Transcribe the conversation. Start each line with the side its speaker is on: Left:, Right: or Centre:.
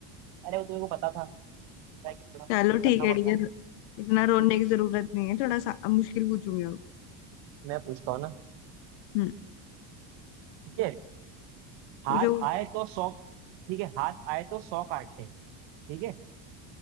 Right: अरे वो तुम्हें को पता था पता है कि थोड़ा
Left: चलो
Right: करना
Left: ठीक है
Right: पड़ता
Left: डियर
Right: है
Left: इतना रोने की जरूरत नहीं है थोड़ा सा अब मुश्किल पूछूंगी अब
Right: मैं पूछता हूँ ना
Left: हम्म
Right: ठीक है
Left: पूछो
Right: हाथ
Left: पूछो।
Right: आए तो सौ ठीक है हाथ आए तो सौ काटे ठीक है